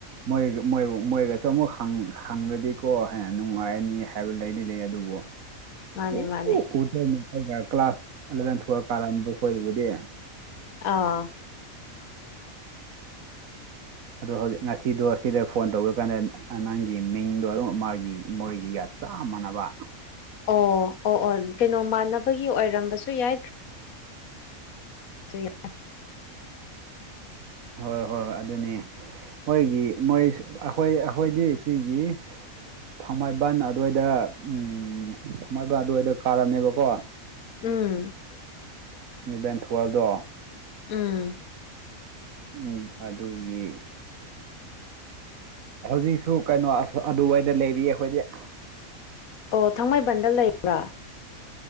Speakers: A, on the right; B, on the left.
A: ꯃꯣꯏ ꯃꯣꯏꯕꯨ ꯃꯣꯏꯒꯁꯨ ꯑꯃꯨꯛ ꯍꯪꯂꯗꯤꯀꯣ ꯍꯥꯏꯅ ꯅꯨꯡꯉꯥꯏꯔꯅꯤ ꯍꯥꯏꯕ ꯂꯩꯗꯤ ꯂꯩ ꯑꯗꯨꯕꯨ
B: ꯃꯥꯅꯦ
A: ꯁꯨꯡꯎ
B: ꯃꯥꯅꯦ
A: ꯎꯗꯦꯅꯦ ꯑꯩꯅ ꯀ꯭ꯂꯥꯁ ꯑꯦꯂꯚꯦꯟ ꯊꯨꯋꯦꯞ ꯀꯥꯔꯗ ꯑꯩꯈꯣꯏꯗꯕꯨꯗꯤ꯫
B: ꯑꯥ
A: <inaudible> ꯑꯗꯣ ꯍꯧꯖꯤꯛ ꯉꯁꯤꯗꯣ ꯁꯤꯗ ꯐꯣꯟ ꯇꯧꯒꯀꯥꯟꯅꯦꯟ ꯑ ꯅꯪꯒꯤ ꯃꯤꯡꯗꯣ ꯑꯗꯨꯝ ꯃꯥꯒꯤ ꯃꯣꯏꯒꯤ ꯌꯥꯠ ꯆꯥꯞ ꯃꯥꯟꯅꯕ
B: ꯑꯣ ꯑꯣ ꯑꯣ ꯀꯩꯅꯣ ꯃꯥꯟꯅꯕꯒꯤ ꯑꯣꯏꯔꯝꯕꯁꯨ ꯌꯥꯏ <unintelligible>
A: ꯍꯣꯏ ꯍꯣꯏ ꯍꯣꯏ ꯑꯗꯨꯅꯤ ꯃꯣꯏꯒꯤ ꯃꯣꯏ ꯑꯈꯣꯏ ꯑꯈꯣꯏꯗꯤ ꯁꯤꯒꯤ ꯊꯥꯡꯃꯩꯕꯟ ꯑꯗꯨꯋꯥꯏꯗ ꯎꯝ ꯊꯥꯡꯃꯩꯕꯟ ꯑꯗꯨꯋꯥꯏꯗ ꯀꯥꯔꯝꯃꯦꯕꯀꯣ
B: ꯎꯝ
A: ꯏꯂꯚꯦꯟ ꯊꯨꯒꯥꯏꯕꯗꯣ
B: ꯎꯝ
A: ꯅꯦꯛꯄ ꯑꯗꯨꯒꯤ ꯍꯧꯖꯤꯛꯁꯨ ꯀꯩꯅꯣ ꯑꯗꯨꯋꯥꯏꯗ ꯂꯩꯔꯤ ꯑꯈꯣꯏꯗꯤ
B: ꯑꯣ ꯊꯥꯡꯃꯩꯕꯟꯗ ꯂꯩꯕ꯭ꯔꯥ